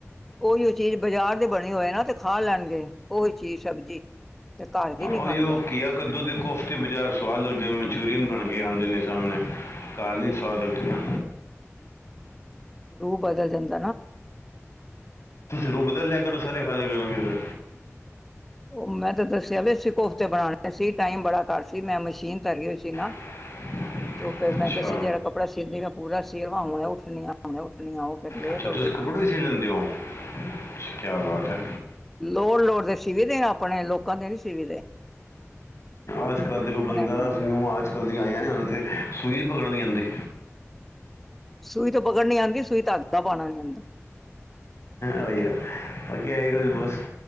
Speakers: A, in the centre; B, on the left (about 65°).
A: ਉਹੀ ਉਹ ਚੀਜ਼ ਬਾਜ਼ਾਰ ਦੇ ਬਣੀ ਹੋਏ ਨਾ ਤੇ ਖਾ ਲੈਣਗੇ ਉਹੀ ਚੀਜ਼ ਸਬਜ਼ੀ ਤੇ ਘਰ ਦੀ ਨੀ
B: ਉਈਉ
A: ਖਾਂਦੇ
B: ਘੀਆ ਕੱਦੂ ਦੇ ਕੋਫਤੇ ਬਾਜ਼ਾਰ ਸਵਾਦ ਲੱਗਦੇ ਨੇ ਮਨਚੂਰੀਅਨ ਬਣ ਕੇਏ ਆਉਂਦੇ ਨੇ ਸਾਹਮਣੇ ਕਾਰਨ ਹੀ ਸ ਲੱਗਦੇ ਨਾ
A: ਰੂ ਬਦਲ ਜਾਦਾ
B: ਰੂ ਬਦਲਿਆ ਲਿਆ ਕਰੋ ਸਾਰੇ ਖਾ। ਲਿਆ ਕਰਨਗੇ ਫਿਰ
A: ਉਹ ਮੈਂ ਤਾਂ ਦੱਸਿਆ ਵੀ ਅਸੀਂ ਕੋਫਤੇ ਬਣਾਣੇ ਸੀ, ਟਾਈਮ ਬੜਾ ਘੱਟ ਸੀ, ਮੈਂ ਮਸ਼ੀਨ ਤਰੀ ਹੋਈ ਸੀ ਨਾ।
B: <unintelligible>
A: ਤੇ ਫੇਰ ਮੈਂ
B: ਅੱਛਾ
A: ਕਿਹਾ ਜਿਹੜਾ ਕੱਪੜਾ ਸੀਂਦੀ ਮੈਂ ਪੂਰਾ ਸੀਅ ਲਵਾਂ, ਹੁਣੇ ਉੱਠਣੀ ਆਂ-ਉੱਠਣੀ ਆਂ ਉਹ ਫੇਰ ਲੇਟ
B: ਅੱਛਾ
A: ਹੋ
B: ਤੁਸੀਂ
A: ਗਈ
B: ਕੱਪੜੋਂ ਵੀ ਸੀ ਲੈਂਦੇ ਓ, ਅੱਛਾ ਕਿਆ ਬਾਤ ਐ।
A: ਲੋੜ-ਲੋੜ ਤੇ ਸੀਵੀਦੇ ਆ ਆਪਣੇ, ਲੋਕਾਂ ਦੇ ਨੀ ਸੀਵੀਦੇ।
B: ਅੱਜ-ਕੱਲ੍ਹ ਦੇ ਕੋਈ ਬੰਦਾ
A: ਆਪਣੇ
B: ਨੂੰਹਾਂ ਅੱਜ-ਕੱਲ ਦੀਆਂ ਆਈਆ ਨੇ, ਉਹਨਾਂ ਤੇ ਸੂਈ ਨੀ ਪਕੜਨੀ ਆਂਦੀ।
A: ਸੂਈ ਤੇ ਪਕੜਨੀ ਆਂਦੀ ਐ, ਸੂਈ ਚ ਧਾਗਾ ਪਾਣਾ ਨੀ ਆਂਦਾ।
B: ਉਹੀ ਏ ਬਾਕੀ ਆਹੀ ਕੋ,
A: ਹਾਂ
B: ਬਸ